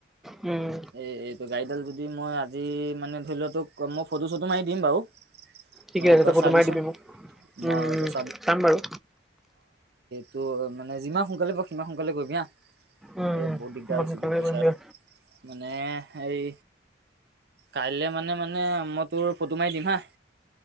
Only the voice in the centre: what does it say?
উম
ঠিকে
আছে,
তাই ফটো
মাৰি দিবি মোক। উম,
উম,
চাম বাৰু।
উম
মই
সোনকালে
কৰিম দিয়া